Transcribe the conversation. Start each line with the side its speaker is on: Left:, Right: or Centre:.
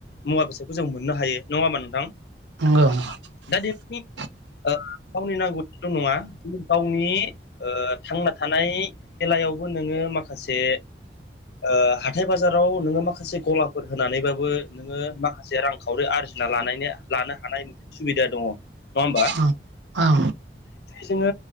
Left: मुवा बेसादखौ जों मोननो हायो नङा होमबा नोंथां
Right: <unintelligible>
Left: दा <unintelligible> गावनि नांगौथिल' नङा गावनि थांना थानाय बेलायावबो नोङो नो माखासे ओ हाथाय बाजाराव नोङो माखासे गलाफोर होनानैबाबो नोङो माखासे रां खावरि आर जिना लानायनि लानो हानाय मोनसे सुबिदा दङ होमबा
Right: औ औ
Left: जोङो